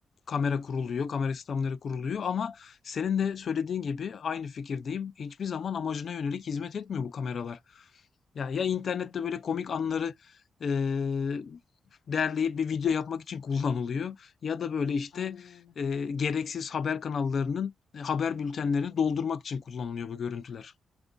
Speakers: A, on the left; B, on the left.
A: kamera kuruluyor, kamera sistemleri kuruluyor ama senin de söylediğin gibi aynı fikirdeyim. Hiçbir zaman amacına yönelik hizmet etmiyor bu kameralar. Ya ya internette
B: Hı hı.
A: böyle komik anları eee, derleyip bir video yapmak için <laughs> kullanılıyor ya da böyle işte
B: Aynen öyle.
A: eee, gereksiz haber kanallarının e, haber bültenlerini doldurmak için kullanılıyor bu görüntüler.